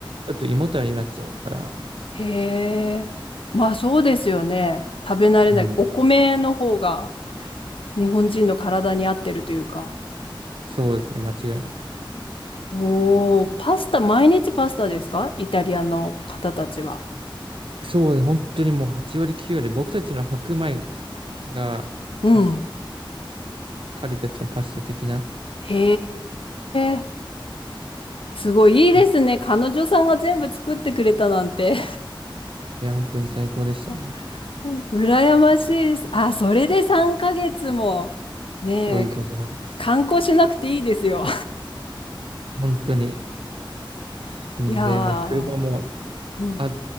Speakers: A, on the right; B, on the left.
A: ちょっと胃もたれになっちゃうから、
B: へえ。まあそうですよね。食べ慣れない。
A: うん、
B: お米の方が日本人の体に合ってるというか。
A: そうですね、間違いなく。
B: おー、パスタ、毎日パスタですかイタリアの方たちは。
A: そうですね、本当にもう8割9割、僕たちの白米がパス、
B: うん。
A: 彼たちのパスタ的な、
B: へえ。すごいいいですね。
A: そう
B: 彼女さんが全部作ってくれたなんて。
A: いや、本当に最高でしたね。
B: <laughs> 羨ましいです。あ、それで3ヶ月も、ね
A: そういうことなんです。
B: え、観光しなくていいですよ。
A: 本当に。
B: <laughs>
A: んで、
B: いやー、
A: まあ、車も
B: うん、
A: あっ